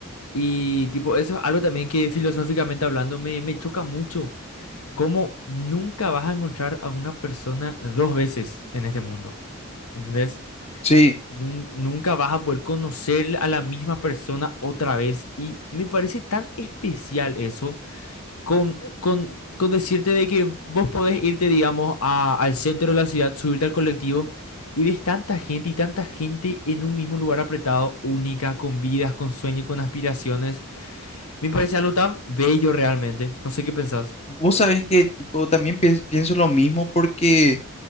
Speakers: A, on the left (about 80°); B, on the left (about 30°).
A: Y tipo, eso es algo también que filosóficamente hablando me, me choca mucho. Cómo nunca vas a encontrar a una persona dos veces en este mundo. ¿Entendés?
B: Sí.
A: nun- Nunca vas a poder conocer a la misma persona otra vez. Y me parece tan especial eso con, con, con decirte de que vos podés irte, digamos, a- al centro de la ciudad, subirte al colectivo y ves tanta gente y tanta gente en un mismo lugar apretado, única, con vidas, con sueños, con aspiraciones. Me parece algo tan bello realmente. No sé qué pensás.
B: Vos sabés que tipo, también pi- pienso lo mismo porque,